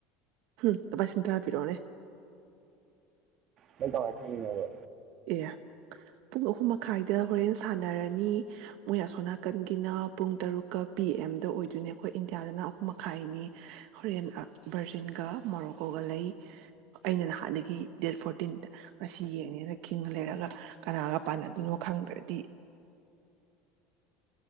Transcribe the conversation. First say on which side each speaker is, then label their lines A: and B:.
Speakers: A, on the right (about 65°); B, on the right (about 40°).
A: ꯎꯝ ꯂꯨꯄꯂꯤꯁꯤꯡ ꯇꯔꯥ ꯄꯤꯔꯛꯑꯣꯅꯦ
B: ꯅꯪ ꯀꯃꯏ ꯈꯥꯪꯉꯤꯅꯣꯕ
A: ꯑꯦ ꯄꯨꯡ ꯑꯍꯨꯝ ꯃꯈꯥꯏꯗ ꯍꯣꯔꯦꯟ ꯁꯥꯟꯅꯔꯅꯤ ꯃꯣꯏ ꯑꯁꯣꯅꯥꯀꯟꯒꯤꯅ ꯄꯨꯡ ꯇꯔꯨꯛꯀ ꯄꯤ ꯑꯦꯝꯗ ꯑꯣꯏꯗꯣꯏꯅꯦ ꯑꯩꯈꯣꯏ ꯏꯟꯗꯤꯌꯥꯗꯅ ꯑꯍꯨꯝ ꯃꯈꯥꯏꯅꯤ ꯍꯣꯔꯦꯟ ꯚꯔꯖꯤꯟꯒ ꯃꯣꯔꯣꯀꯣꯒ ꯂꯩ ꯑꯩꯅ ꯅꯍꯥꯟꯗꯒꯤ ꯗꯦꯠ ꯐꯣꯔꯇꯤꯟꯗ ꯉꯁꯤ ꯌꯦꯡꯅꯤꯅ ꯈꯤꯡꯉ ꯂꯩꯔꯒ ꯀꯅꯥꯒ ꯄꯥꯟꯅꯗꯣꯏꯅꯣ ꯈꯪꯗ꯭ꯔꯗꯤ